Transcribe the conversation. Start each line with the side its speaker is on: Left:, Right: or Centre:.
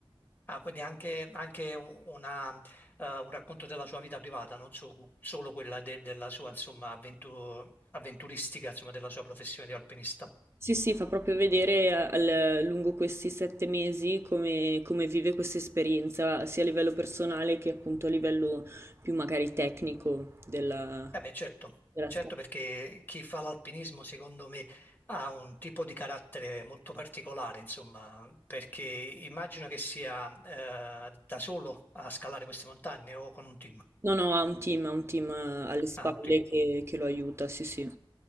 Left: ah, quindi anche, anche un- una, eh, un racconto della sua vita privata, non so- solo quella de- della sua insomma, avventu- avventuristica, insomma, della sua professione di alpinista.
Right: Sì, sì, fa proprio vedere al- lungo questi sette mesi come, come vive questa esperienza, sia a livello personale che appunto a livello più magari tecnico della,
Left: Eh beh, certo,
Right: della
Left: certo
Right: scalata.
Left: perché chi fa l'alpinismo secondo me ha un tipo di carattere molto particolare, insomma, perché immagino che sia eh, da solo a scalare queste montagne o con un team.
Right: No, no, ha un team, ha un team eh, alle spalle
Left: Ah, un team.
Right: che, che lo aiuta, sì, sì.